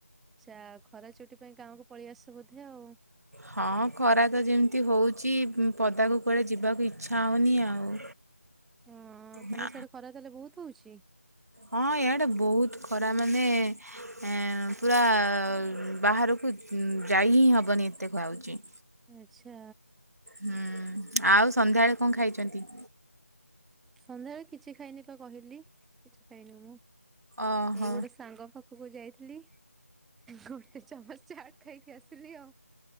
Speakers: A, in the centre; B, on the right.
A: ଛା ଖରା ଛୁଟି ପାଇଁ ଗାଁକୁ ପଳେଇ ଆସିଛ ବୋଧେ ଆଉ?
B: ହଁ ଖରା ତ ଯେମିତି ହଉଚି ଉଁ, ପଦାକୁ କୁଆଡ଼େ ଯିବାକୁ ଇଚ୍ଛା ହଉନି ଆଉ।
A: ହଁ
B: ନା
A: ତୋମ ସିଆଡ଼େ ଖରା ତାହେଲେ ବହୁତ ହୋଉଛି?
B: ହଁ ଇଆଡେ ବହୁତ ଖରା ମାନେ ଏଁ, ପୁରା ବାହାରକୁ ଉଁ, ଯାଇ ହିଁ ହବନି ଏତେ ଖରା ହଉଚି।
A: ଆଚ୍ଛା।
B: ହୁଁ, ଆଉ ସନ୍ଧ୍ୟାବେଳେ କଣ ଖାଇଛନ୍ତି?
A: ସନ୍ଧ୍ୟାବେଳେ କିଛି ଖାଇନି ପା କହିଲି, କିଛି ଖାଇନି ମୁଁ,
B: ଓହୋ
A: ଏଇ ଗୋଟେ ସାଙ୍ଗ ପା ଖକୁ ଯାଇଥିଲି, ଗୋଟେ ଚାମଚ ଚାଟ୍ ଖାଇକି ଆସିଲି ଆଉ।